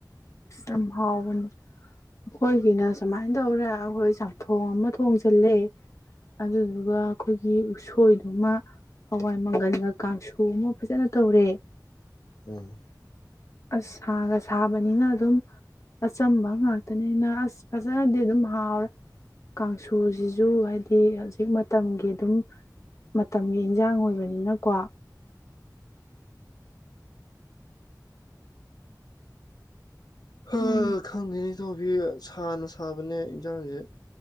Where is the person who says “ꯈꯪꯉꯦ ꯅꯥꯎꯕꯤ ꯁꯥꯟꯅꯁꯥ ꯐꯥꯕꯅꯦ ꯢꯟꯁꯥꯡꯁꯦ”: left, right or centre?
Left